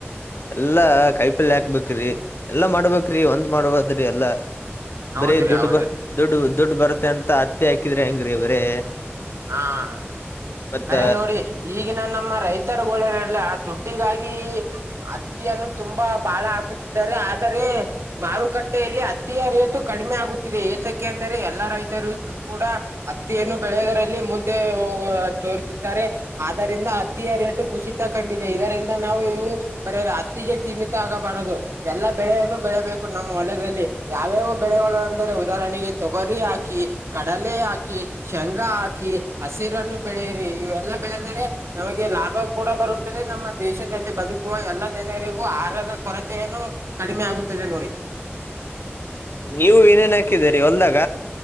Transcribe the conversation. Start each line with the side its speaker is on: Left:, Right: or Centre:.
Left: ಎಲ್ಲಾ ಕೈಪಲ್ಲೇ ಹಾಕ್ಬೇಕ್ರಿ ಎಲ್ಲಾ ಮಾಡ್ಬೇಕ್ರಿ ಒಂದ್ ಮಾಡಬಾರ್ದ್ರಿ ಎಲ್ಲಾ
Right: ಹೌದ್ರಿ
Left: ಬರೀ ದುಡ್ಡು
Right: ಹೌದ್ರಿ
Left: ಬ ದುಡ್ ದುಡ್ಡು ಬರತ್ತೆ ಅಂತ ಹತ್ತಿ ಹಾಕಿದ್ರಿ ಹೆಂಗ್ರಿ ಬರೇ
Right: ಹಾ ಹ
Left: ಮತ್ತ
Right: ಖರೆ ನೋಡಿ ಈಗಿನ ನಮ್ಮ ರೈತರುಗಳನೆಲ್ಲ ದುಡ್ಡಿಗಾಗಿ ಹತ್ತಿಯನ್ನು ತುಂಬಾ ಬಾಳ ಹಾಕುತ್ತಿದ್ದಾರೆ ಆದರೆ ಮಾರುಕಟ್ಟೆಯಲ್ಲಿ ಹತ್ತಿಯ ರೇಟು ಕಡಿಮೆ ಆಗುತ್ತಿದೆ ಏತಕ್ಕೆ ಅಂದರೆ ಎಲ್ಲಾ ರೈತರು ಕೂಡ ಅತ್ತಿಯನ್ನು ಬೆಳೆಯೋದರಲ್ಲಿ ಮುಂದೆ ಹೋಗ್ ತೋರ್ತಿದ್ದಾರೆ ಆದ್ದರಿಂದ ಹತ್ತಿಯ ರೇಟು ಖುಸಿತ ಕಂಡಿದೆ ಇದರಿಂದ ನಾವು ಇವ್ ಬರೇ ಅತ್ತಿಗೆ ಸೀಮಿತ ಆಗಬಾರದು ಎಲ್ಲಾ ಬೆಳೆಯನ್ನು ಬೆಳೆಬೇ ಕು ನಮ್ಮ ಹೊಲದಲ್ಲಿ ಯಾವ್ಯಾವ ಬೆಳೆಗಳು ಅಂದರೆ ಉದಾಹರಣೆಗೆ ತೊಗರಿ ಹಾಕಿ. ಕಡಲೆ ಹಾಕಿ ಶೇಂಗಾ ಹಾಕಿ ಹಸಿರನ್ನು ಬೆಳೆಯರಿ ಇವೆಲ್ಲಾ ಬೆಳೆದರೆ ನಮಗೆ ಲಾಭ ಕೂಡ ಬರುತ್ತದೆ ನಮ್ಮ ದೇಶದಲ್ಲಿ ಬದುಕುವ ಎಲ್ಲಾ ಜನರಿಗೂ ಆಹಾರದ ಕೊರತೆಯನ್ನು ಕಡಿಮೆ ಆಗುತ್ತದೆ ನೋಡಿ.
Left: ನೀವು ಏನೇನ್ ಹಾಕಿದ್ದೀರಿ ಹೊಲ್ದಾಗ